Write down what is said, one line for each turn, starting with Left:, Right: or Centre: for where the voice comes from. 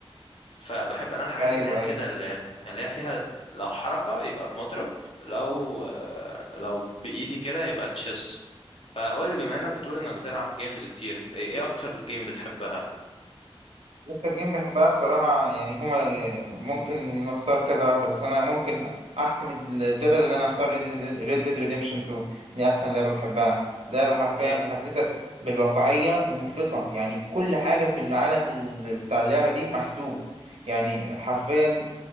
Left: فبحب أنا الحاجات
Right: أيوه
Left: اللي هي
Right: أيوه
Left: كده اللي, اللي هي فيها لو حركة يبقى بمضرب لو آه، لو بإيدي كده يبقى تشيس فقول لي بما إنك بتقول إنك بتلعب جيمز كتير إيه إيه أكتر جيم بتحبها؟
Right: اكتر جيم بحبها بصراحة يعني هما ممكن نختار كذا واحدة بس انا ممكن احسم الجدل ان انا اختار ريد ديد ريديمشن 2 دي احسن لعبة بحبها لعبة حرفيا
Left: هي-
Right: بتحسسك بالواقعية المفرطة يعني كل حاجة في العالم ال- بتاع اللعبة دي محسوب يعني حرفيا